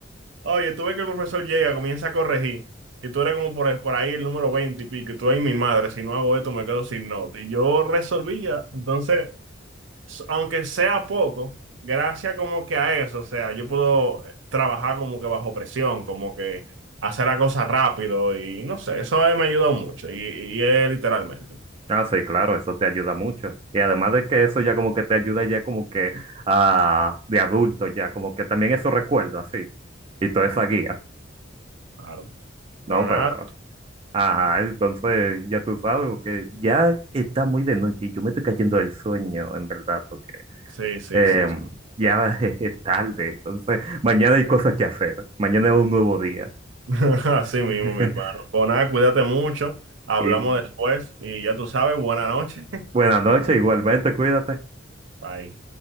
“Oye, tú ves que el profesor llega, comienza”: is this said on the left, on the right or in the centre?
Right